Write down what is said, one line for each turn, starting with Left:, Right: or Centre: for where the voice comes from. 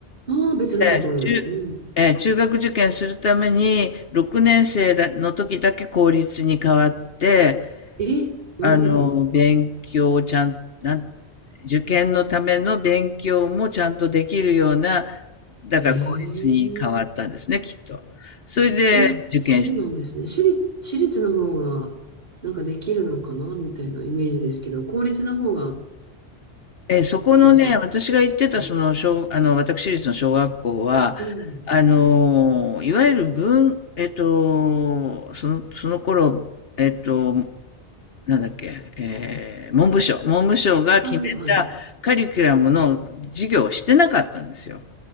Right: ああ、別のところで。
Left: 中、
Right: うん。
Left: えー中学受験するために、6年生だの時だけ公立に変わって、
Right: え、うん。
Left: あの、勉強をちゃん、なん、受験のための勉強もちゃんとできるような、だから公立に変わったんですね、
Right: ええ。
Left: きっと。それで受験した。
Right: え、そうなんですね。私立、私立の方が、なんかできるのかなみたいなイメージですけど、公立の方が、
Left: え、そこのね、
Right: なんでしょう。
Left: 私が行ってた、
Right: うん。
Left: その、小、あの、私立の小学校は、
Right: うん。
Left: あの、いわゆる文、えっと、その、その頃、えっと、なんだっけ、えー文部省、文部省が決めたカリキュラムの授業をしてなかったんですよ。
Right: ああ、はい。